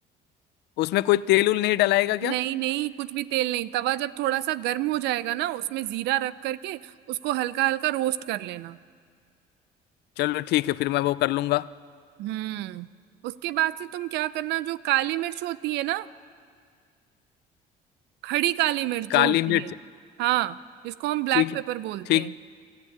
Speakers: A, on the left (about 80°); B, on the right (about 85°).
A: उसमें कोई तेल उल नहीं डलाएगा क्या
B: नहीं नहीं कुछ भी तेल नहीं तवा जब थोड़ा सा गर्म हो जाएगा ना उसमें जीरा रख करके उसको हल्का हल्का रोस्ट कर लेना
A: चलो ठीक है फिर मैं वो कर लूंगा
B: हम्म उसके बाद से तुम क्या करना जो काली मिर्च होती है ना खड़ी काली मिर्च
A: काली
B: जो होती
A: मिर्च
B: है हाँ जिसको हम ब्लैक
A: ठीक
B: पेपर
A: है
B: बोलते
A: ठीक
B: हैं